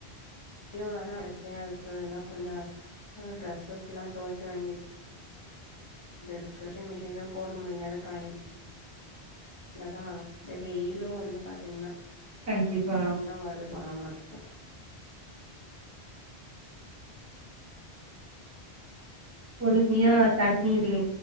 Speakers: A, on the left; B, on the right.
A: யும் வேற <unintelligible> எல்லா கொஞ்சோ ட்ரெஸ்ஸஸ்லா தொய்க்க வேண்டித் இது இருக்கு ஷிங் மிஷின்லயு போட முடியாது கை லதா அழஸ் இந்த வெயிலு வந்து பாத்தீங்னா
B: கண்டிப்பா
A: வருது வரமாட்ருக்கு
B: பொறுமையா தண்ணிரே